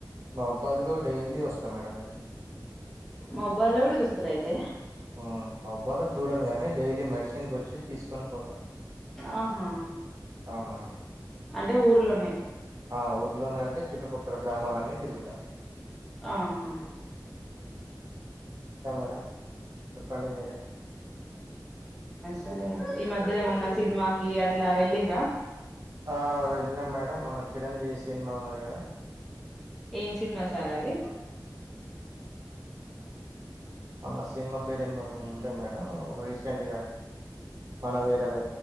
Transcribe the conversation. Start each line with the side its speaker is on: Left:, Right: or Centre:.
Right: మహబూబ్బాద్ కూడా డైలీ వస్తాను మేడం నేను.
Centre: మొబైల్ లో కూడ చూస్తర అయితే.
Right: ఆ మొబైల్లో చూడను గాని డైలీ మెడిసిన్కి వచ్చి తీసుకొని పోతా.
Centre: ఆహా
Right: అవునా
Centre: అంటే ఊర్లోనే
Right: ఆ ఊర్లోనే అంటే చుట్టుపక్కల గ్రామాలన్నీ తిరుగుతా.
Centre: ఆహా
Right: ఇంకా మేడం చెప్పండి మీరే.
Centre: సరే ఈ మధ్య ఎమన్నా సినిమాకిి అట్లా వెళ్ళిర్రా.
Right: హా వెళ్ళినాం మేడం మొన్న చిరంజీవి సినిమా ఉన్నది కదా
Centre: ఏం సినిమా సార్ అది.
Right: మన సినిమా పేరు ఏ ఉండే మేడం రీసెం సెంట్గా మన వీరవ